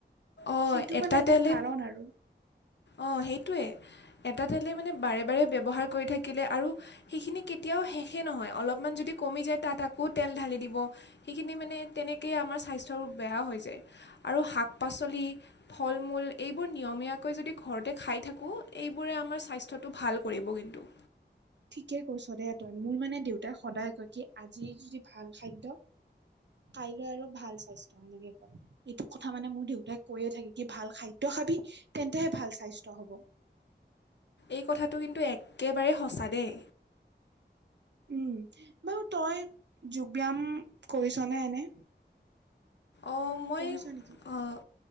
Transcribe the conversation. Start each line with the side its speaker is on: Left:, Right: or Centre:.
Left: অ
Right: সেইটো
Left: এটা
Right: মানে
Left: তেলে
Right: কাৰণ আৰু
Left: অ সেইটোৱে এটা তেলেই মানে বাৰে বাৰে ব্যৱহাৰ কৰি থাকিলে আৰু সেইখিনি কেতিয়াও শেষেই নহয়, অলপমান যদি কমি যায় তাত আকৌ তেল ঢালি দিব সেইখিনি মানে তেনেকেই আমাৰ স্বাস্থ্যবোৰ বেয়া হৈ যায়। আৰু শাক-পাচলি, ফল-মূল এইবোৰ নিয়মীয়াকৈ যদি ঘৰতে খাই থাকোঁ, এইবোৰে আমাৰ স্বাস্থ্যটো ভাল কৰিব কিন্তু।
Right: ঠিকে কৈছ দে তই। মোৰ মানে দেউতাই সদায় কয় কি আজি যদি ভাল খাদ্য কাইলৈ আৰু ভাল স্বাস্থ্য ক এইটো কথা মানে মোৰ দেউতাই কৈয়ে থাকে। ভাল খাদ্য খাবি তেন্তেহে ভাল স্বাস্থ্য হ'ব।
Left: এই কথাটো কিন্তু একেবাৰে সঁচা দেই।
Right: উমঁ বাৰু তই যোগ ব্যায়াম কৰিছনে এনে
Left: অঁ মই
Right: কৰিছোঁ নেকি?
Left: অঁ,